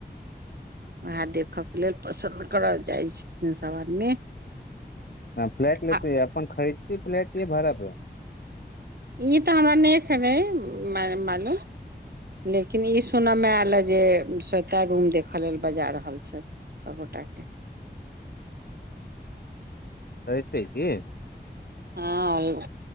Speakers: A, on the right (about 65°); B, on the left (about 65°).
A: उएह देखयके लेल पसन्द करय जाइ छथिन सभ आदमी।
B: ह फ्लैट ले
A: आ
B: तई अपन खरी फ्लैट ले भाड़ा पे
A: ई तऽ हमरा नहि रहै मालूम लेकिन ई सुनयमे आयल हए जे स्वेता रूम देखय लेल बजा रहल छथि सभ गोटा के।
B: आयतै के
A: हँ